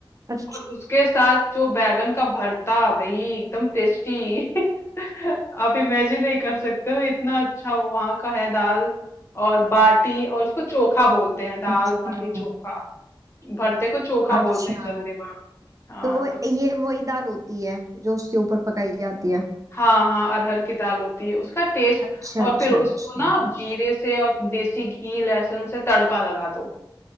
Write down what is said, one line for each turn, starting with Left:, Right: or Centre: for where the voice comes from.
Right: अच्छा
Left: और उसके साथ जो बैगन का भरता भाई एकदम टेस्टी <laughs> आप इमेजिन नहीं कर सकते हो इतना अच्छा वो वहां का है दाल और बाटी और उसको चोखा बोलते हैं दाल
Right: अच्छा
Left: बाटी चोखा भरते को चोखा
Right: अच्छा
Left: बोलते हैं जल्दी हाँ
Right: तो वो
Left: तो
Right: ये वही दाल होती है जो उसके ऊपर पकाई जाती है
Left: हाँ हाँ अरहर की दाल होती है उसका टेस्ट
Right: अच्छा
Left: और
Right: अच्छा
Left: फिर उसको
Right: अच्छा
Left: ना आप जीरे से और देसी घी लहसुन से तड़का लगा दो